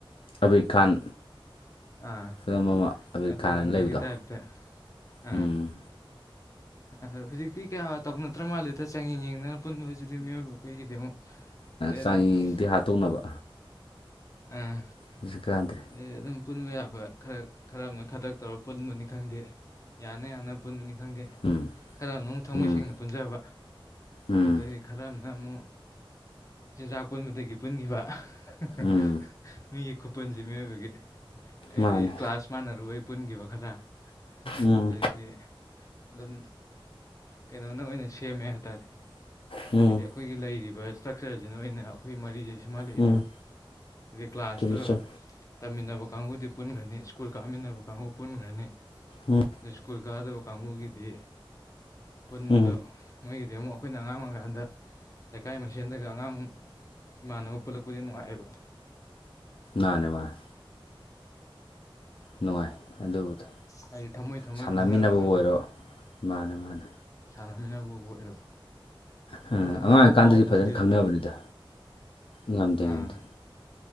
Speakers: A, on the left (about 70°); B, on the left (about 35°).
A: ꯑꯕꯤꯔ ꯈꯥꯟ
B: ꯑꯥ
A: ꯐꯤꯂꯝ ꯑꯃ ꯑꯕꯤꯔꯈꯥꯟꯅ
B: ꯑꯗꯨꯒꯨꯝꯕꯒꯤ
A: ꯂꯩꯕꯗꯣ
B: ꯇꯥꯏꯞꯇ ꯑꯥ
A: ꯎꯝ
B: ꯑꯗꯣ ꯍꯨꯖꯤꯛꯇꯤ ꯀꯌꯥ ꯇꯧꯅꯗ꯭ꯔ ꯃꯥꯜꯂꯦꯗ ꯆꯥꯡꯌꯦꯡ ꯌꯦꯡꯅꯔ ꯄꯨꯨꯟꯕꯖꯤꯗꯤ ꯃꯤꯑꯣꯏꯕ ꯑꯈꫭꯏꯒꯤꯗꯤ ꯑꯃꯨꯛ ꯑꯗꯩ
A: ꯆꯥꯡꯌꯦꯡꯗꯤ
B: ꯑꯗꯨꯝ ꯎꯍ
A: ꯍꯥꯠꯇꯣꯛꯅꯕ
B: ꯑꯥ
A: ꯍꯧꯖꯤꯛ ꯀꯥꯟꯗꯦ
B: ꯑꯗꯩꯗꯤ ꯑꯗꯨꯝ ꯄꯨꯟꯕ ꯌꯥꯕ ꯈꯔ ꯈꯔꯃꯅ ꯈꯗ꯭ꯔꯛ ꯇꯧꯔ ꯄꯨꯟꯕꯅꯤ ꯈꯪꯗꯦ ꯌꯥꯅ ꯌꯥꯅ ꯄꯨꯟꯕꯅꯤ ꯈꯪꯗꯦ
A: ꯎꯝ
B: ꯈꯔ ꯑꯃꯅꯃꯨꯛ ꯊꯃꯣꯏ
A: ꯎꯝ
B: ꯁꯦꯡꯅ ꯄꯨꯟꯖꯕ
A: ꯎꯝ
B: ꯑꯗꯨꯗꯩꯗꯤ ꯈꯔ ꯑꯃꯅ ꯑꯃꯨꯛ ꯆꯤꯟꯖꯥꯛ ꯄꯨꯟꯕꯗꯒꯤ ꯄꯨꯟꯒꯤꯕ ꯑꯍ ꯍꯍ
A: ꯎꯝ
B: ꯃꯤꯒꯤ ꯈꯨꯄꯨꯟꯖꯤ ꯃꯤꯑꯣꯏꯕꯒꯤ ꯍꯥꯏꯗꯤ
A: ꯃꯥꯅꯦ
B: ꯀ꯭ꯂꯥꯁ ꯃꯥꯟꯅꯔꯨꯕꯩ ꯄꯨꯟꯒꯤꯕ ꯈꯔ ꯑꯗꯩꯗꯤ
A: ꯎꯝ
B: ꯑꯗꯨꯝ ꯀꯩꯅꯣꯅ ꯑꯣꯏꯅ ꯁꯦꯝꯃꯦ ꯍꯥꯏꯇꯥꯔꯦ
A: ꯎꯝ
B: ꯍꯥꯏꯗꯤ ꯑꯩꯈꯣꯏꯒꯤ ꯂꯩꯔꯤꯕ ꯆꯛꯆꯔꯖꯤꯅ ꯑꯣꯏꯅ ꯑꯈꯣꯏꯒꯤ ꯃꯔꯤꯖ‌ꯦ ꯁ‌ꯦꯝꯍꯜꯂꯛꯏꯅꯦꯕ
A: ꯎꯝ
B: ꯍꯥꯏꯗꯤ ꯀ꯭ꯂꯥꯁꯇꯨ
A: ꯆꯨꯝꯃꯤ ꯆꯨꯝ
B: ꯇꯝꯃꯤꯟꯅꯕ ꯀꯥꯡꯒꯨꯗꯤ ꯄꯨꯟꯒ꯭ꯔꯅꯤ ꯁ꯭ꯀꯨꯜ ꯀꯥꯃꯤꯟꯅꯕ ꯀꯥꯡꯒꯨ ꯄꯨꯟꯒ꯭ꯔꯅꯤ
A: ꯎꯝ
B: ꯅ ꯁ꯭ꯀꯨꯜ ꯀꯥꯗꯕ ꯀꯥꯡꯒꯨꯒꯤꯗꯤ ꯄꯨꯟꯕꯗꫭ
A: ꯎꯝ
B: ꯃꯣꯏꯒꯤꯗꯤ ꯑꯃꯨꯛ ꯑꯈꯣꯏꯅ ꯑꯉꯥꯡ ꯑꯣꯏꯔꯤꯀꯥꯟꯗ ꯂꯩꯀꯥꯏ ꯃꯥ ꯁꯦꯟꯗꯒ ꯑꯉꯥꯡ ꯏꯃꯥꯟꯅꯕ ꯄꯨꯜꯂꯛꯄꯖ‌ꯦ ꯅꯨꯡꯉꯥꯏꯌ‌ꯦꯕ
A: ꯃꯥꯅ‌ꯦ ꯃꯥꯅ‌ꯦ ꯅꯨꯡꯉꯥꯏ ꯑꯗꯨꯕꯨꯗꯤ
B: ꯍꯥꯏꯗꯤ ꯊꯃꯣꯏ ꯊꯃꯣꯏ
A: ꯁꯥꯟꯅꯃꯤꯟꯅꯕꯕꯨ
B: ꯈꯪꯅꯔꯒ ꯑꯗꯨꯝ
A: ꯑꯣꯏꯔꯣ ꯃꯥꯅꯦ ꯃꯥꯅꯦ
B: ꯁꯥꯟꯅꯃꯤꯟꯅꯕꯕꯨ ꯑꯣꯏꯔꯣ
A: ꯍꯑ
B: ꯑꯗꯨꯅ ꯍꯧꯖꯤꯛꯐꯥꯎ
A: ꯑꯉꯥꯡ ꯑꯣꯏꯔꯤ ꯀꯥꯟꯗꯖꯨ
B: ꯀꯥꯎ ꯉꯝꯗꯦ
A: ꯐꯖꯅ
B: ꯍꯥꯏꯇꯥꯔꯦ
A: ꯈꯪꯅꯕꯅꯤꯗ ꯉꯝꯗꯦ
B: ꯑꯥ
A: ꯉꯝꯗꯦ